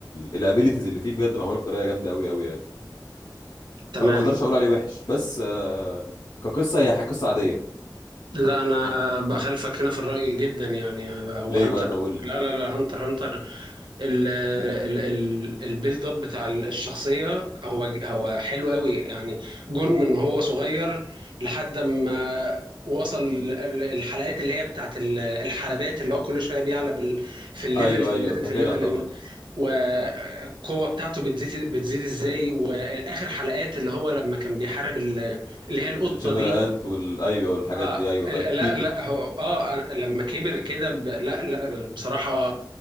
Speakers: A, on the left (about 65°); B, on the right (about 80°).
A: الابيليتيز اللي فيه بجد معموله بطريقه جامده قوي قوي يعني
B: تمام
A: فانا ما اقدرش اقول عليه وحش بس آه، كقصه هي ح- قصه عاديه
B: لا انا بخالفك هنا في الرأي جدا يعني هو
A: ليه
B: هانتر
A: بقى طب قول لي
B: لا لا لا هانتر هانتر ال ال ال البيلد اب بتاع الشخصية هو هو حلو قوي يعني جون من هو صغير لحد ما وصل ال- الحلقات اللي هي بتاعت ال- الحلبات اللي هو كل شويه بيعلى بال- في الليفل
A: ايوه
B: في
A: ايوه
B: الليفل
A: فاكرها
B: في الليفل
A: طبعا
B: والقوة بتاعته بتزيد بتزيد ازاي واخر حلقات اللي هو لما كان بيحارب ال- اللي هي القطة
A: الشمر
B: دي
A: انت وال ايوه والحاجات
B: اه
A: دي ايوه فاكر
B: ال- لا
A: بيتو
B: لا هو اه لما كبر كده ب- لا لا بصراحة